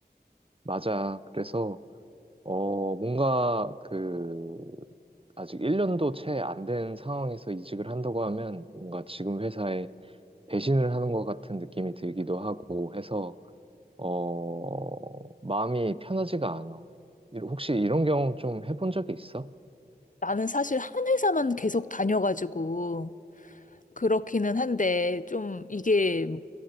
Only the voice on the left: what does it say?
나는 사실 한 회사만 계속 다녀가지고 그렇기는 한데 좀 이게